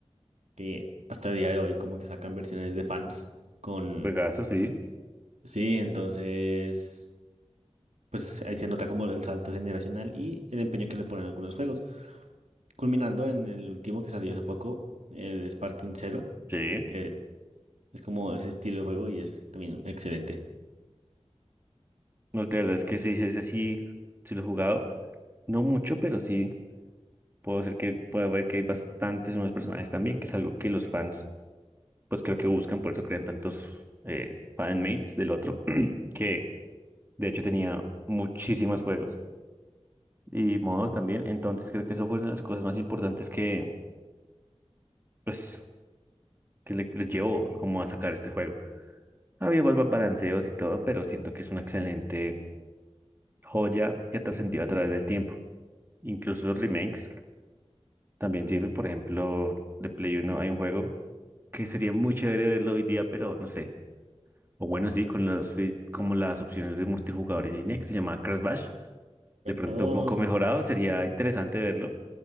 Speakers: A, on the right; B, on the right.
A: que hasta el día de hoy como que sacan versiones de fans con...
B: juegazo, sí.
A: Sí, entonces, pues ahí se nota como el salto generacional y el empeño que le ponen a algunos juegos. Culminando en el último que salió hace poco, el Sparking Zero,
B: Sí.
A: que es como ese estilo de juego y es también excelente.
B: No, la verdad es que sí, sí, ese sí, sí lo he jugado. No mucho, pero sí puedo hacer que puedo ver que hay bastantes nuevos personajes también, que es algo que los fans pues creo que buscan, por eso crean tantos eh, fanmates del otro, <clears throat> que de hecho tenía muchísimos juegos y modos también. Entonces creo que eso fue una de las cosas más importantes que, pues, que le, le llevó como a sacar este juego. Había ba- ba- balanceos y todo, pero siento que es una excelente joya que trascendió a través del tiempo. Incluso los remakes también sirven, por ejemplo, de Play uno hay un juego que sería muy chévere verlo hoy día, pero no sé. O bueno, sí, con las, fi- como las opciones de multijugador en línea que se llama Crash Bash. De pronto
A: Oh,
B: un poco mejorado, sería interesante verlo.